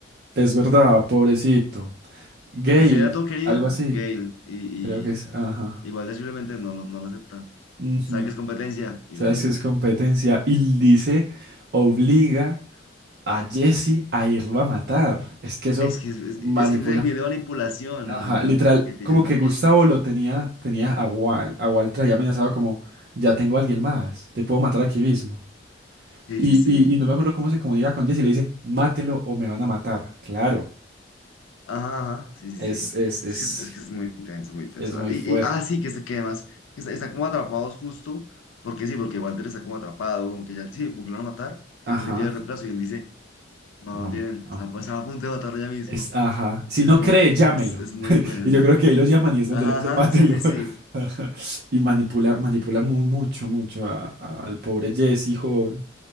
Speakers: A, on the right; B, on the left.
A: es verdad, pobrecito. Gale,
B: Ese era todo querido,
A: algo así,
B: Gale, y,
A: creo que
B: y
A: es. Ajá.
B: igual simplemente no lo, no lo acepta.
A: Ujú.
B: Sabe que es competencia y
A: ¿Sabes
B: lo elimina.
A: qué es competencia? Y dice, obliga a Jesse a irlo a matar. Es que eso
B: Es que es, es-
A: manipula
B: es que es el nivel de manipulación
A: Ajá,
B: emocional
A: literal,
B: que tiene
A: como
B: con
A: que Gustavo
B: Jesse, sí.
A: lo tenía, tenía a Wal, a Wal traía amenazado como, ya tengo a alguien más, te puedo matar aquí mismo.
B: Sí,
A: Y,
B: sí, sí.
A: y, y no me acuerdo cómo se comunica con Jesse y le dice, mátelo o me van a matar. Claro,
B: Ajá, ajá, sí, sí,
A: es,
B: sí.
A: es, es,
B: Es que es, es que es muy intenso, muy intenso.
A: es muy
B: Y,
A: fuerte.
B: y- ah, sí, que, se- que además está- están como atrapados justo, porque sí, porque Walter está como atrapado, como que ya, sí, como que lo van a matar,
A: Ajá,
B: porque tiene el reemplazo y él dice, no
A: no,
B: lo tienen,
A: no.
B: están, están a punto de matarlo ya mismo.
A: Es, ajá, si
B: Y es,
A: no
B: uf,
A: cree, llámelo.
B: es, es muy bueno,
A: Y
B: muy
A: yo creo
B: bueno.
A: que ahí los llaman y es donde
B: Ajá,
A: le dice,
B: ajá,
A: mátelo.
B: sí, sí, sí.
A: <laughs> Ajá. Y manipula,
B: Sí, sí,
A: manipula
B: sí.
A: muy, mucho, mucho a- a- al pobre Jesse, joven.